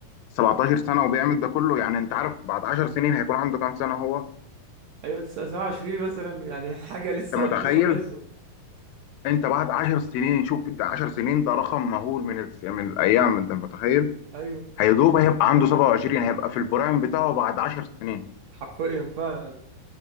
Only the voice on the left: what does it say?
17 سنه وبيعمل ده كله يعني انت عارف بعد 10 سنين هيكون عنده كام سنه هو
انت متخيل
انت بعد 10 سنين شوف ده 10 سنين ده رقم مهول من الس- من الايام انت متخيل
هيدوب هيبقى عنده 27 هيبقى في البرايم بتاعه بعد 10 سنين